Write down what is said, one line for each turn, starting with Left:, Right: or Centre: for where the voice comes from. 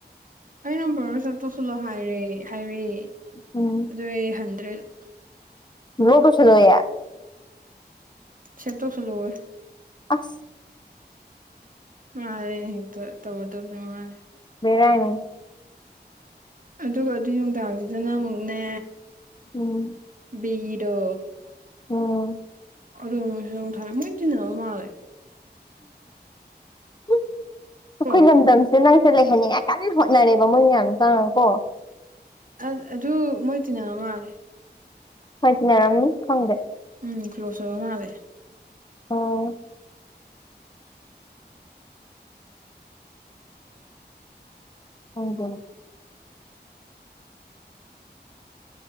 Right: ꯑꯩ ꯅꯝꯕꯔ ꯁꯦꯞ ꯇꯧꯁꯤꯜꯂꯣ ꯍꯥꯏꯔꯦ ꯍꯥꯏꯔꯛꯑꯦ꯫
Left: ꯎꯝ
Right: ꯑꯗꯨꯗꯩ ꯍꯟꯗ꯭ꯔꯦ ꯑꯗꯨꯝ꯫
Left: ꯕ꯭ꯂꯣꯛ ꯇꯧꯁꯜꯂꯣꯌꯦ
Right: ꯁꯦꯞ ꯇꯧꯁꯜꯂꯣꯌꯦ꯫
Left: ꯑꯁ!
Right: <unintelligible> ꯍꯦꯛ ꯇ ꯇꯧꯔꯗꯕꯖꯤ ꯉꯥꯏꯔꯦ꯫
Left: ꯕꯦꯔꯥꯅꯤ꯫
Right: ꯑꯗꯨꯒ ꯑꯗꯨ ꯅꯨꯡꯗꯥꯡꯖꯤꯗꯅ ꯑꯃꯨꯛꯅꯦ
Left: ꯎꯝ꯫
Right: ꯕꯤꯗꯣ
Left: ꯎꯝ꯫
Right: ꯑꯗꯨ ꯃꯁꯦꯁꯃꯨꯛ ꯊꯥꯔꯛꯌꯦ ꯃꯣꯏ ꯇꯤꯅꯕ ꯃꯥꯜꯂꯦ
Left: <unintelligible> ꯑꯩꯈꯣꯏ
Right: ꯀꯣ
Left: ꯂꯝꯗꯝ ꯑꯗꯣ ꯅꯪꯁꯦ ꯂꯩꯍꯟꯅꯤꯡꯉꯥꯏ ꯀꯟꯅ ꯍꯣꯠꯅꯔꯦꯕ ꯃꯣꯏ ꯃꯌꯥꯝ ꯆꯥꯡꯉ ꯀꯣ
Right: ꯑ ꯑꯗꯨ ꯃꯣꯏ ꯇꯤꯟꯅꯕ ꯃꯥꯜꯂꯦ꯫
Left: ꯍꯣꯏ ꯇꯤꯅꯔꯝꯅꯤ ꯈꯪꯗꯦ꯫
Right: ꯎꯝ ꯀ꯭ꯂꯣꯁ ꯑꯣꯏꯕ ꯃꯥꯜꯂꯦ꯫
Left: ꯑꯣ꯫ <unintelligible>